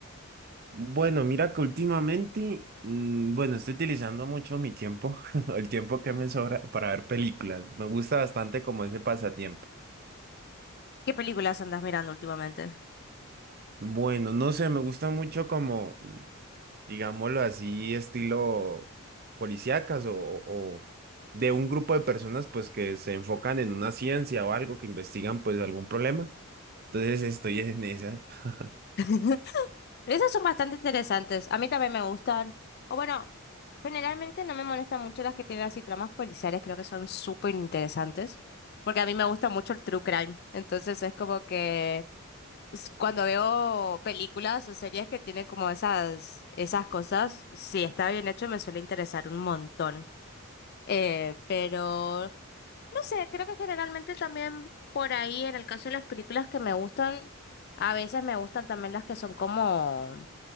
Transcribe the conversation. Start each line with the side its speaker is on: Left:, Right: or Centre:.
Right: Bueno, mira que últimamente, mm, bueno, estoy utilizando mucho mi tiempo, <laughs> el tiempo que me sobra para ver películas. Me gusta bastante como ese pasatiempo.
Left: ¿Qué películas andás mirando últimamente?
Right: Bueno, no sé, me gusta mucho como, digámoslo así, estilo policíacas o, o de un grupo de personas pues que se enfocan en una ciencia o algo, que investigan pues algún problema. Entonces estoy en esas. <laughs>
Left: <laughs> Esas son bastante interesantes. A mí también me gustan. O bueno, generalmente no me molestan mucho las que tienen así tramas policiales. Creo que son súper interesantes. Porque a mí me gusta mucho el true crime. Entonces es como que s- cuando veo películas o series que tienen como esas, esas cosas, si está bien hecho me suele interesar un montón. Eh, pero no sé, creo que generalmente también por ahí, en el caso de las películas que me gustan, a veces me gustan también las que son como...